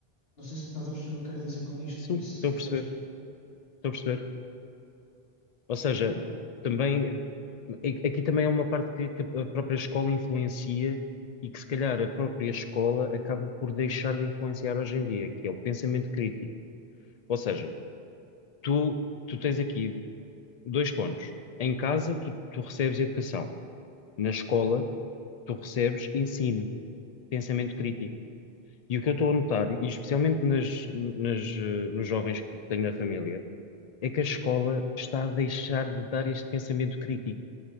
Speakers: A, on the left; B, on the left.
A: Não sei se estás a perceber o que eu quero dizer com isto.
B: Sim,
A: Isso
B: estou
A: consegues.
B: a perceber, estou a perceber. Ou seja,
A: Ah,
B: também,
A: sim.
B: a- aqui também é uma parte que, que a própria escola influencia e que se calhar a própria escola acaba por deixar de influenciar hoje em dia, que é o pensamento crítico. Ou seja, Tu, tu tens aqui dois pontos. Em casa, tu, tu recebes educação. Na escola, tu recebes ensino, pensamento crítico. E o que eu estou a notar, e especialmente nas, nas, eh, nos jovens que tenho na família, é que a escola está a deixar de dar este pensamento crítico,